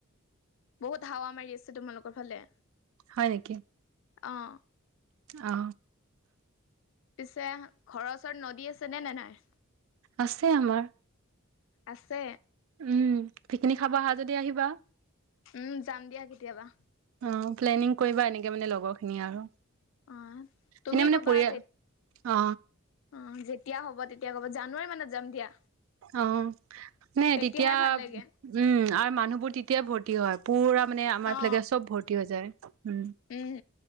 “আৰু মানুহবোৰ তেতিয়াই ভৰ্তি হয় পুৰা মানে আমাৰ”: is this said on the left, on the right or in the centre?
Right